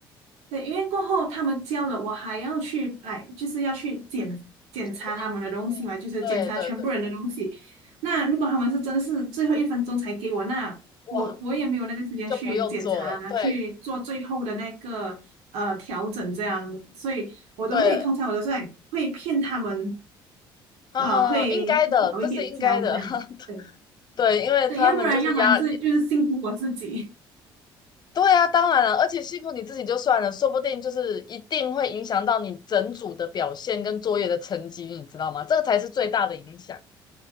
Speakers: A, on the right; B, on the left.
A: 对，因为过后他们交了，我还要去哎，就是要去检检查他们的东西嘛，
B: 独立
A: 就是检查全部人的东西。
B: 对对对，
A: 那如果他们是真是最后一分钟才给我，那我我也没有那个时间去检查，
B: 哇，就不用做了。对
A: 去做最后的那个呃调整这样的，所以我都会通常我都是哎会骗他们，
B: 对，哈哈，
A: 呃，会早一点交这样。
B: 应该的，这是应该的。<laughs>
A: 对
B: 对，因为他们就是压，
A: 对，要不然要不然这就是辛苦我自己。
B: 对啊，当然了，而且辛苦你自己就算了，说不定就是一定会影响到你整组的表现跟作业的成绩，你知道吗？这个才是最大的影响。